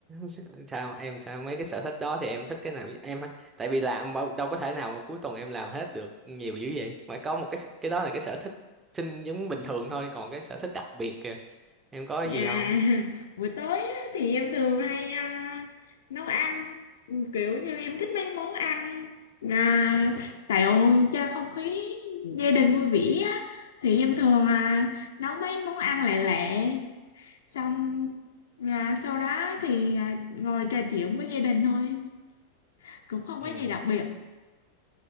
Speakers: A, on the right; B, on the left.
A: <laughs> sao em sao mấy cái sở thích đó thì em thích cái nào em tại vì làm mà đâu có thể nào mà cuối tuần em làm hết được nhiều dữ vậy phải có một cái cái đó là cái sở thích sinh giống bình thường thôi còn cái sở thích đặc biệt kìa em có cái
B: Dạ,
A: gì
B: <laughs>
A: không
B: buổi tối á, thì em thường hay à, nấu ăn kiểu như em thích mấy món ăn à, tạo cho không khí gia đình vui vẻ á. Thì em thường à, nấu mấy món ăn lẹ lẹ xong là sau đó thì à, ngồi trò chuyện với gia đình thôi cũng không
A: ừ
B: có gì đặc biệt